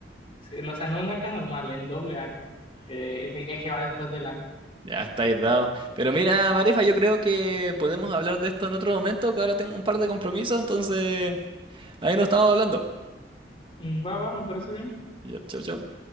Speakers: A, on the left; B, on the right.
A: Sí, no, o sea, no en AK normal, en doble AK. Eh, es el, el que va después del AK.
B: Ya estáis dado. Pero mira, Marifa, yo creo que podemos hablar de esto en otro momento, que ahora tengo un par de compromisos, entonces ahí nos estamos hablando.
A: Mm, Va, va, me parece bien.
B: Ya, chau, chau.